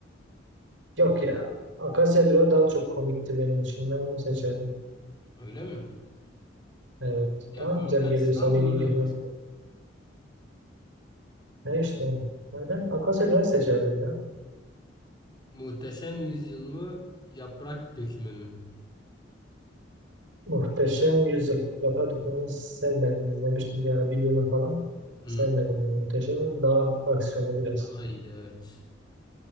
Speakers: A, on the right (about 75°); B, on the left (about 25°).
A: Yok ya. Akasya Dura daha çok komikti benim için. Ben onu seçerdim.
B: Öyle mi?
A: Evet.
B: Ya
A: Daha
B: komik
A: güzel
B: açısından
A: geliyor, samimi
B: doğru.
A: geliyor. Ne işte. Yani ben Akasya Güven'i seçerdim ya.
B: Muhteşem Yüzyıl mı? Yaprak Dökümü mü?
A: Muhteşem Yüzyıl. Yaprak Dökümü'nü sevmedim. İzlemiştim bir ara bir bölüm falan.
B: Hı.
A: Sevmedim onu. Muhteşem Yüzyıl daha aksiyonlu biraz.
B: Haydi evet.